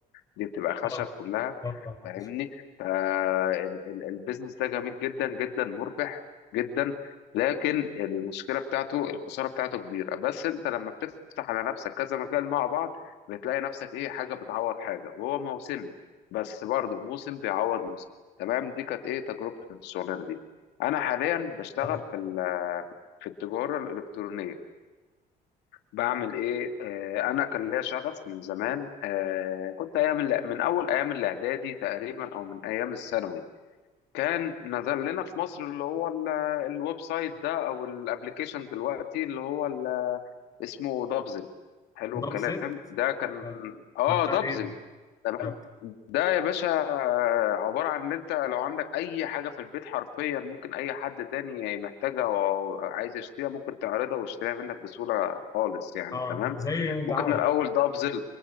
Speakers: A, on the left; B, on the left.
A: دي بتبقى خشب
B: اه
A: كلها
B: اه آه، معلش.
A: فاهمني فالبيزنس ده جميل جدا جدا مربح جدا لكن المشكله بتاعته الخساره بتاعته كبيره بس انت لما بتفتح على نفسك كذا مجال مع بعض بتلاقي نفسك ايه حاجه بتعوض حاجه وهو موسمي بس برضه موسم بيعوض موسم تمام دي كانت ايه تجربه الشغلانه دي انا حاليا بشتغل
B: آه.
A: في ال- في التجاره الالكترونيه بعمل ايه آه انا كان ليا شغف من زمان آه كنت ايام الإع- من اول ايام الاعدادي تقريبا او من ايام الثانوي كان نزل لنا في مصر اللي هو ال- الويب سايت ده او الابليكيشن دلوقتي اللي هو ال- اسمه دبزل حلو
B: ده
A: الكلام
B: بزيت
A: ده كان
B: آه.
A: اه
B: ده بتاع
A: دبزل
B: ايه
A: تمام
B: ده بتاع...
A: ده يا باشا عبارة عن ان انت لو عندك اي حاجة في البيت حرفيا ممكن اي حد تاني محتاجها او عايز يشتريها ممكن تعرضها ويشتريها منك بسهولة خالص يعني
B: اه
A: تمام
B: زي
A: وكان
B: دعايه
A: الاول دافزل